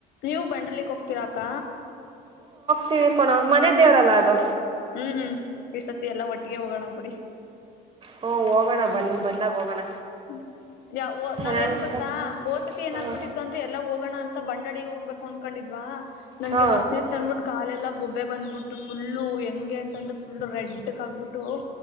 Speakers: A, on the left (about 80°); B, on the right (about 35°).
A: ನೀವ ಬಂಡ್ರಲಿಕ್ ಹೋಗ್ತೀರಾಕ್ಕ
B: ತಿಿವಿಕೋಣ ಮನೆ ದೇವ್ರಲ್ಲ ಅದು
A: ಹ್ಮ್ ಹ್ಮ್ ಈ ಸತಿ ಎಲ್ಲ ಒಟ್ಟಿಗೆ ಹೋಗೋಣ ಬೀಡಿ
B: ಹಓ ಹೋಗೋಣ ಬಂದ ಬಂದಾಗ ಹೋಗೋಣ
A: ಹ್ಮ ಯಾವ
B: ಚೆನ್ನಾಗಿರುತ್ತೆ
A: ನಾವ್ ಏನ್ ಗೊತ್ತಾ ಬೋಸತಿ ಏನಾಗಬಿಟ್ಟಿತ್ತು
B: ಹ
A: ಅಂದ್ರೆ ಎಲ್ಲಾ ಹೋಗೋಣ ಅಂತ ಮ ಬಂಡಾಳಿಗೆ ಹೋಗ್ಬೇಕು ಅನ್ಕೊಂಡಿದ್ವಾ ನಂಗೆ
B: ಹಾ
A: ವಸ್ನತ್ ಅ್ಬಿಟ್ಟು ಕಾಲೆಲ್ಲ ಬೊಬ್ಬೆ ಬಂದಬಿಟ್ಟು ಫುಲ್ಲು ಹೆಂಗೆ ಅಂತಂದ್ರೆ ಫುಲ್ ರೆಡ್ಕ್ ಆಗ್ಬಿಟ್ಟು